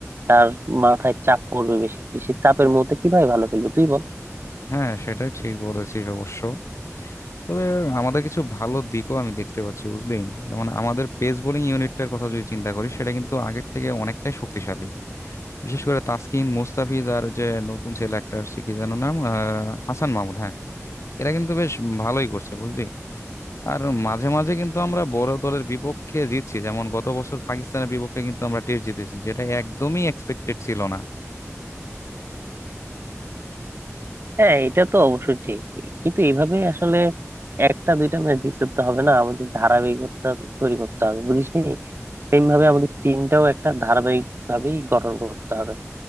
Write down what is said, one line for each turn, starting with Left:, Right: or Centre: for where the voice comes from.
Right: তার মাথায় চাপ পড়বে বেশি সে চাপের মুহূর্তে কিভাবে ভালো খেলবে তুই বল
Left: হ্যাঁ সেটাই ঠিক বলেছিস অবশ্য তবে আমাদের কিছু ভালো দিকও আমি দেখতে পাচ্ছি বুঝলি যেমন আমাদের পেস বোলিং ইউনিটটার কথা যদি চিন্তা করি সেটা কিন্তু আগের থেকে অনেকটাই শক্তিশালী বিশেষ করে তাসকিন মুস্তাফিজ আর যে নতুন ছেলে একটা আসছে কি যেন নাম আহ, হাসান মাহমুদ হ্যাঁ এরা কিন্তু বেশ ভালোই করছে বুঝলি আর মাঝে মাঝে কিন্তু আমরা বড় দলের বিপক্ষে জিতছি যেমন গত বছর পাকিস্তানের বিপক্ষে কিন্তু আমরা টেস্ট জিতেছি যেটা একদমই এক্সপেক্টেড ছিল না
Right: হ্যাঁ এটা তো অবশ্যই ঠিক কিন্তু এভাবে আসলে একটা দুইটা ম্যাচ জিতলে তো হবে না আমাদের ধারাবাহিকতা তৈরি করতে হবে বুঝিস নি সেম ভাবে আমাদের টিমটাও একটা ধারাবাহিক ভাবেই গঠন করতে হবে